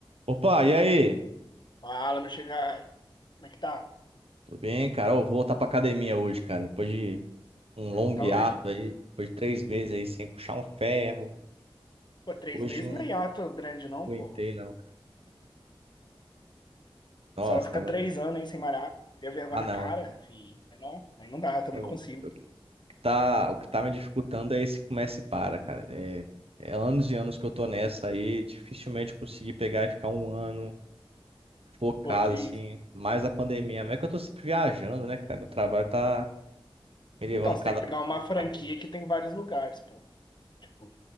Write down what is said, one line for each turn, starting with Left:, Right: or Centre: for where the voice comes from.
Right: Opa, e aí?
Left: Fala, meu chegar. Como é que tá?
Right: Tudo bem, cara? Eu vou voltar pra academia hoje, cara. Depois de um
Left: Vai
Right: longo
Left: voltar
Right: hiato
Left: hoje?
Right: aí, depois de três meses aí sem puxar um ferro.
Left: Pô, três
Right: Hoje
Left: meses
Right: não
Left: não é hiato grande, não,
Right: aguentei,
Left: pô. O
Right: não, cara. Nossa,
Left: pessoal fica
Right: tava
Left: três
Right: ali.
Left: anos aí sem malhar. Cria vergonha
Right: Ah,
Left: na
Right: não.
Left: cara, fi. É, Não, aí não dá, eu também
Right: Eu-
Left: não consigo.
Right: O que tá, o que tá me dificultando é esse começa e para, cara. É, é anos e anos que eu tô nessa aí. Dificilmente eu consegui pegar e ficar um ano focado,
Left: Pô, que
Right: assim.
Left: isso.
Right: Mais a pandemia. Mas é que eu tô sempre viajando, né, cara? Meu trabalho tá me levando
Left: Então, você
Right: cada
Left: tem que pegar uma
Right: lugar.
Left: franquia que tem vários lugares, pô. Tipo,